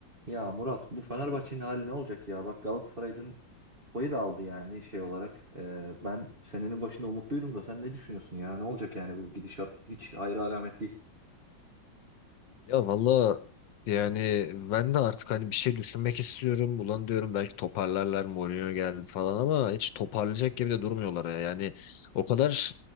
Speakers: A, on the right; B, on the left.
A: Ya Murat bu Fenerbahçe'nin hali ne olacak ya? Bak Galatasaray dün payı da aldı yani şey olarak. Ee, ben senenin başında umutluydum da sen ne düşünüyorsun ya? Ne olacak yani bu gidişat? Hiç hayra alamet değil.
B: Ya valla yani ben de artık hani bir şey düşünmek istiyorum. Ulan diyorum belki toparlarlar Mourinho geldi falan ama hiç toparlayacak gibi de durmuyorlar ya. Yani o kadar